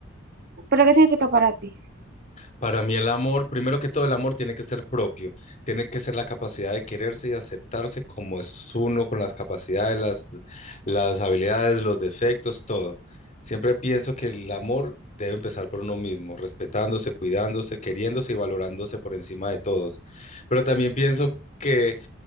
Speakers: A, on the right; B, on the left.
A: pero ¿qué significa para ti?
B: Para mí el amor, primero que todo el amor tiene que ser propio, tiene que ser la capacidad de quererse y aceptarse como es uno, con las capacidades, las, las habilidades, los defectos, todo. Siempre pienso que el amor debe empezar por uno mismo, respetándose, cuidándose, queriéndose y valorándose por encima de todos. Pero también pienso que